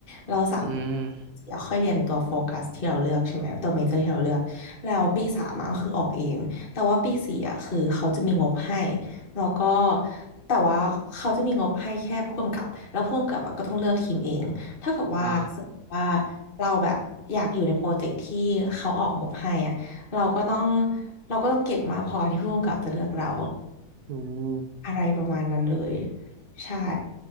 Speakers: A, on the left; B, on the right.
A: เราสาม
B: อืม
A: เดี๋ยวค่อยเรียนตัวโฟกัสที่เราเลือกใช่ไหมตัวเมเจอร์ที่เราเลือกแล้วปีสามอะก็คือออกเองแต่ว่าปีสี่อะคือเขาจะมีงบให้แล้วก็แต่ว่าเขาจะมีงบให้แค่ผู้กำกับแล้วผู้กำกับอะก็ต้องเลือกทีมเองเท่ากับว่าสมมติว่า
B: อ่า
A: เราแบบอยากอยู่ในโปรเจกต์ที่เขาออกงบให้อะ เราก็ต้องเราก็ต้องเก่งมากพอที่ผู้กำกับจะเลือกเรา
B: อืม
A: อะไรประมาณนั้นเลยใช่